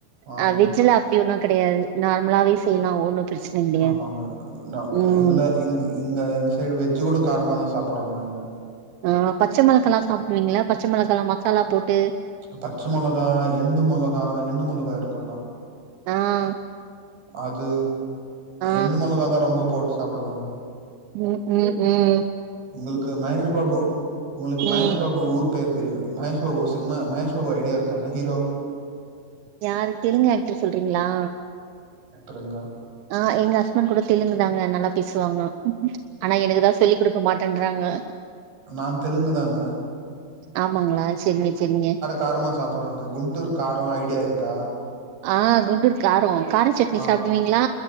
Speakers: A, on the right; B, on the right.
A: ஆங்க.
B: அஹ் வெஜ்ல அப்படி ஒன்னு கெடையாது நார்மலாவே செய்யலா ஒன்னு பிரச்சன கெடையாது
A: ஆமாங்க நா
B: ம்
A: எங்கள இங் இங்க எங்க சைடு வெஜ்ஜு கூட காரமாதா சா சாப்பிடுறாங்கங்க
B: ஆஹ் பச்ச மிளகெல்லா சாப்பிடுவீங்கலா பச்ச மிளகெல்லா மசாலா போட்டு
A: பச்ச மிளகா எண்டு மிளகா எண்டு மிளகா இருக்குல்ல
B: ஆஹ்
A: அது
B: ஆ
A: எண்டு மிளகாதா ரொம்ப போட்டு சாப்பிடுவோங்க
B: உம் உம் உம்
A: உங்களுக்கு மகேஷ பாபு உங்களுக்கு மகேஷ
B: ம்
A: பாபு ஊர் பேர் தெரியு மகேஷ் பாபு ஒரு சினிமா மகேஷ் பாபு ஐடியா இருக்காங்க ஹீரோ
B: யாரு தெலுங்கு ஆக்டர சொல்றீங்களா
A: லுங்கா
B: ஆஹ் எங்க ஹஸ்பண்ட் கூட தெலுங்குதாங்க நல்லா பேசுவாங்க ஆனா எனக்குதான் சொல்லி கொடுக்க மாட் ன்டராங்கா
A: நா தெலுங்குதாங்க
B: ஆமாங்களா சேரிங்க சேரிங்க
A: காரமா சாப்புட்றாங்க. குண்டூர் காரம் ஐடியா இருக்கா?
B: ஆஹ் குண்டூர் காரம் கார சட்னி
A: ஆ
B: சாப்பிடுவீங்களா